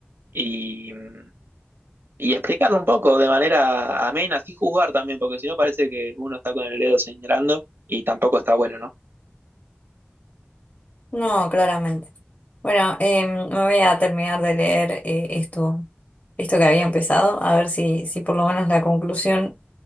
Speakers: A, on the right (about 65°); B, on the left (about 40°).
A: Y, mm, y explicarlo un poco de manera amena, sin juzgar también, porque si no parece que uno está con el dedo señalando y tampoco está bueno, ¿no?
B: No, claramente. Bueno, em, me voy a terminar de leer eh, esto, esto que había empezado, a ver si, si por lo menos la conclusión